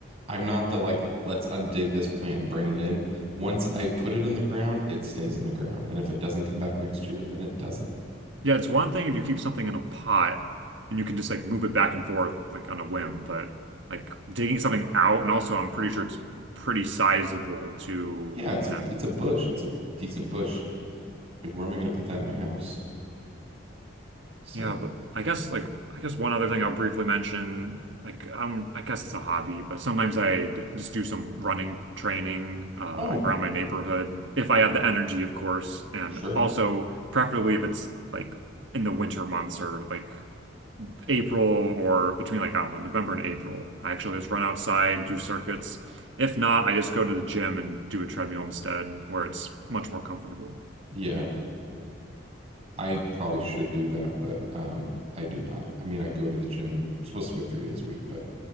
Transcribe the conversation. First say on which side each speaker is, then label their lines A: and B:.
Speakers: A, on the right; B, on the right.
A: I'm not the like, let's undig this plant and bring it in. Once I put it in the ground, it stays in the ground. And if it doesn't come back next year, then it doesn't.
B: Yeah, it's one thing if you keep something in a pot and you can just like move it back and forth like on a whim, but like digging something out and also I'm pretty sure it's pretty sizable too.
A: Yeah, it's
B: And
A: a it's a bush. It's a decent bush. Like, where am I going to put that in my house? So,
B: yeah, but I guess like I guess one other thing I'll briefly mention, like I'm I guess it's a hobby, but sometimes I d just do some running training uh
A: oh,
B: like around my neighborhood if I have the energy, of course, and
A: sure.
B: also preferably if it's like in the winter months or like April or between like, I don't know, November and April. I actually just run outside, do circuits. If not, I just go to the gym and do a treadmill instead, where it's much more comfortable.
A: Yeah. I probably should do that, but um I do not. I mean, I go to the gym. I'm supposed to go three days a week, but